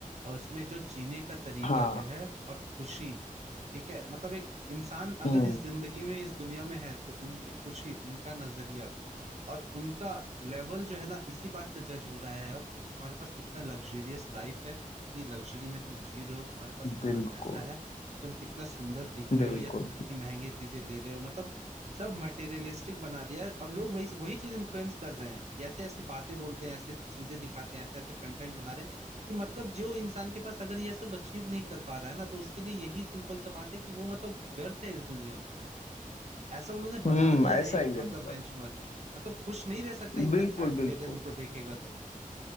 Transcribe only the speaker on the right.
और इसमें जो जीने का तरीका
जो है और खुशी ठीक है मतलब एक इंसान अगर
इस जिंदगी में इस दुनिया में है तो उनकी खुशी उनका नजरिया और उनका लेवल जो है ना इसी बात से जज हो रहा है अब कि तुम्हारे पास कितना लग्जरियस लाइफ है कितनी लग्जरी में तुम जी रहे हो तुम्हारे पास कितना
पैसा है तुम कितना सुंदर दिख रहे
हो या तुम कितनी महंगी चीजें ले रहे हो मतलब सब मटेरियलिस्टिक बना दिया है और लोग वही वही चीज इन्फ्लुएंस कर रहे हैं ऐसे ऐसी बातें बोलते हैं ऐसे ऐसी चीजें दिखाते हैं ऐसे ऐसे कंटेंट बना रहे हैं कि मतलब जो इंसान के पास अगर ये सब अचीव नहीं कर पा रहा है ना तो उसके लिए यही सिंपल सा बात है कि वो मतलब व्यर्थ है इस दुनिया में ऐसा उन्होंने बना
दिया
है एक
मतलब
बेंचमार्क मतलब खुश नहीं रह सकता इंसान
चाह के
भी अगर इनको देखेगा तो